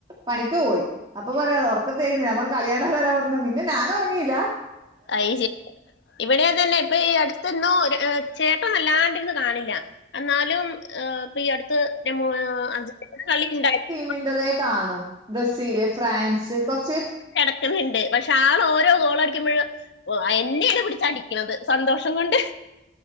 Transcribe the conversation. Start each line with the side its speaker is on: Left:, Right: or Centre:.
Right: പണിക്ക് പോയി അപ്പൊ പറയാന്ന് ഒറക്ക തേയുന്നില്ല ഞാ പറഞ്ഞ് കളി കാണാനാരാ പറഞ്ഞത് പിന്നെ ഞാന് ഉറങ്ങിയിലാ
Left: അയിശെ ഇവിടെ അതെന്നെ ഇപ്പൊ ഈ അടുത്തെന്നോ ചേട്ടൻ വല്ലാണ്ടിരുന്ന് കാണില്ല എന്നാലും ഇപ്പീ അടുത്ത് <unintelligible>
Right: മിൻ്റെതേ കാണൂ ബ്രസീല് ഫ്രാൻസ് കൊർച്ച്
Left: കെടക്കണണ്ട് പക്ഷെ ആള് ഓരോ ഗോളടിക്കുമ്പോഴും ഓ എന്നെയാണ് പിടിച്ച് അടിക്കണത് സന്തോഷം കൊണ്ട്